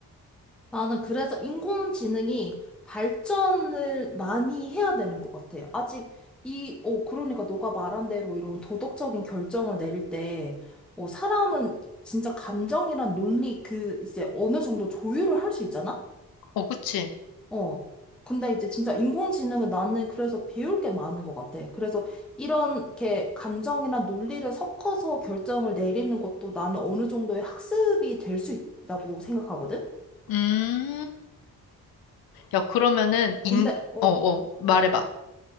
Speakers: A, in the centre; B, on the left.
A: 나는 그래서 인공지능이 발전을 많이 해야 되는 것 같아요. 아직 이, 어, 그러니까 너가 말한 대로 이런 도덕적인 결정을 내릴 때, 어, 사람은 진짜 감정이란 논리 그 이제 어느 정도 조율을 할 수 있잖아?
B: 어, 그치?
A: 어. 근데 이제 진짜 인공지능은 나는 그래서 배울 게 많은 것 같아. 그래서 이렇게 감정이나 논리를 섞어서 결정을 내리는 것도 나는 어느 정도의 학습이 될 수 있다고 생각하거든?
B: 음. 야, 그러면은,
A: 근데,
B: 인,
A: 어.
B: 어, 어, 말해봐.